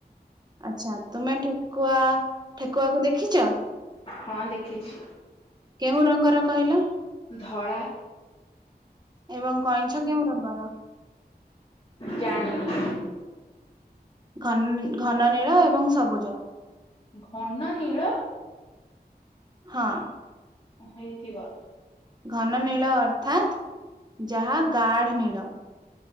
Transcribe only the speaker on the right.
ଆଚ୍ଛା ତୁମେ ଠେକୁଆ ଠେକୁଆକୁ ଦେଖିଚ?
କେଉଁ ରଙ୍ଗର କହିଲ?
ଏବଂ କଇଁଛ କେଉଁ ରଙ୍ଗର?
ଘନ ଘନନୀଳ ଏବଂ ସବୁଜ।
ହଁ।
ଘନ ନୀଳ ଅର୍ଥାତ୍ ଯାହା ଗାଢ ନୀଳ।